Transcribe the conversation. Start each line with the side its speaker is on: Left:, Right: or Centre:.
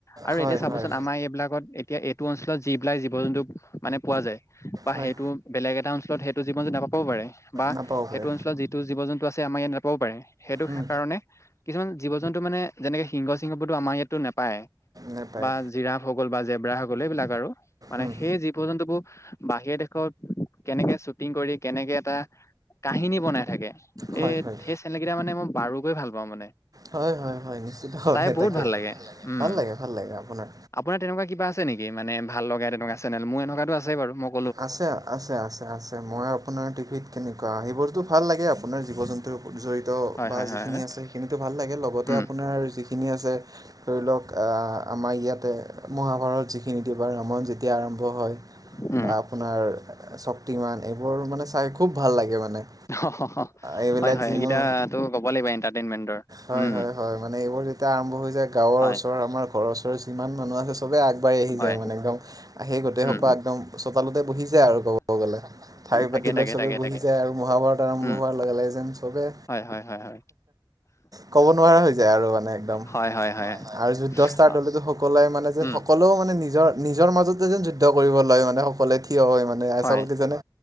Left: আৰু
Right: হয়
Left: এতিয়া চাবচোন
Right: হয়
Left: আমাৰ এইবিলাকত এতিয়া এইটো অঞ্চলত যিবিলাক জীৱ জন্তু মানে পোৱা যায়। বা
Right: হয়
Left: সেইটো বেলেগ এটা অঞ্চলত সেইটো জীৱন যদি নাপাবওঁ পাৰে। বা
Right: নাপাব
Left: সেইটো
Right: পাৰে
Left: অঞ্চলত যিটো জীৱ জন্তু আছে আমাৰ ইয়াত নাপাবওঁ পাৰে। সেইটো
Right: উম
Left: কাৰণে কিছুমান জীৱ জন্তু মানে যেনেকে সিংহ চাংহবোৰটো আমাৰ ইয়াততো নাপায়।
Right: নাপায়
Left: বা জিৰাফ হৈ গ'ল বা জেবৰা হৈ গ'ল, এইবিলাক আৰু মানে
Right: উম
Left: জীৱ জন্তুবোৰ বাহিৰৰ দেশত কেনেকে শ্বুটিং কৰি কেনেকে এটা কাহিনী বনাই থাকে।
Right: হয়
Left: এ
Right: হয়
Left: সেই চেনেল কেইটা মানে মই বাৰু কৈ ভাল পাওঁ মানে।
Right: হয় হয় হয় নিশ্চিত হয়
Left: চাই বহুত
Right: তাকে
Left: ভাল লাগে উম।
Right: ভাল লাগে ভাল লাগে আপোনাৰ
Left: আপোনাৰ তেনেকুৱা কিবা আছে নেকি ভাল লগা তেনেকুৱা চেনেল? মোৰ এনেকুৱাতো আছে বাৰু। মোক
Right: আছে, আছে, আছে, আছে মই আপোনাৰ টিভিত কেনেকুৱা হেইবোৰতো ভাল লাগে। আপোনাৰ জীৱ জন্তুৰ গত জড়িত
Left: হয়
Right: বা
Left: হয়
Right: যিখিনি
Left: হয় হয়
Right: আছে সেইখিনিতো ভাল লাগে। লগতে
Left: উম
Right: আপোনাৰ যি খিনি আছে, ধৰি লওঁক আমাৰ ইয়াতে মহাভাৰত যিখি ন ই টা ভিত ৰামায়ন যেতিয়া আৰম্ভ হয়।
Left: <inaudible>
Right: বা আপোনাৰ শক্তিমান এইবোৰ মানে চাই খুব ভাল লাগে মানে।
Left: অ',
Right: এইবিলাক
Left: হয় হয়
Right: যিবোৰ
Left: সেইকেইটাটো ক'ব লাগিব এণ্টাৰটেইনমেণ্টৰ
Right: হয়
Left: উম।
Right: হয় হয়। মানে এইবোৰ যেতিয়া আৰম্ভ হৈ যায় গাঁৱৰ
Left: হয়
Right: ওচৰ আমাৰ ঘৰৰ ওচৰত যিমান মানুহ আছে চবে আগ বাঢ়ি আহি
Left: হয়
Right: যায় মানে একদম, আহি গোটে
Left: উম
Right: সোপা একদম চোতালতে বহি যয়া আৰু ক'ব গ'লে। শাৰি
Left: তাকে
Right: পাতি
Left: তাকে
Right: লৈ চবে
Left: তাকে
Right: বহি
Left: তাকে
Right: যায় আৰু, মহাভাৰত আৰম্ভ
Left: উম
Right: হোৱাৰ লগে লগে যেন চবে
Left: হয়, হয়, হয়, হয়।
Right: ক'ব নোৱাৰা হৈ যায় আৰু মানে একদম।
Left: হয় হয় হয়
Right: আৰু যুদ্ধ ষ্টাৰ্ট
Left: অ,
Right: হ'লেতো সকলোৱে মানে যেন
Left: উম
Right: সক কলোয়ে মানে নিজৰ নিজৰ মাজতে যেন যুদ্ধ কৰিব লয় মানে সকলোৱে থিয় হয় মানে। আচল
Left: হয়
Right: কেইজনে